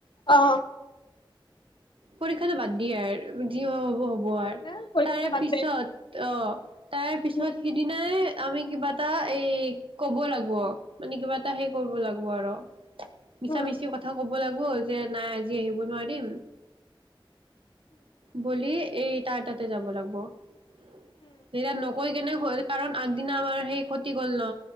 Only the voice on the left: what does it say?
অ'
এ পৰীক্ষাটো
বাদ
দে
উম
উম,